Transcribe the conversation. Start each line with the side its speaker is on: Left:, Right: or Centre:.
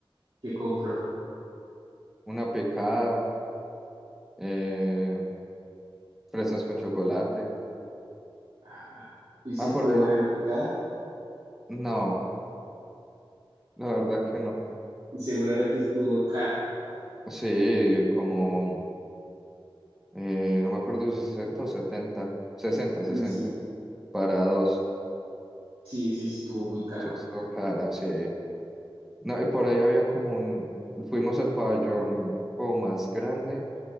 Right: que compró.
Centre: una picada, eh, fresas con chocolate.
Right: Ah, ah. y sí
Centre: Ah,
Right: estuvo
Centre: por ahí.
Right: buena la picada
Centre: No, la verdad que no.
Right: y seguramente estuvo cara.
Centre: Sí, como, eh, no me acuerdo si 60 o setenta sesenta sesenta
Right: Y sí,
Centre: Para dos.
Right: sí, sí estuvo muy caro.
Centre: Eso estuvo cara, sí. No, y por ahí había como un... Fuimos al pabellón como más grande,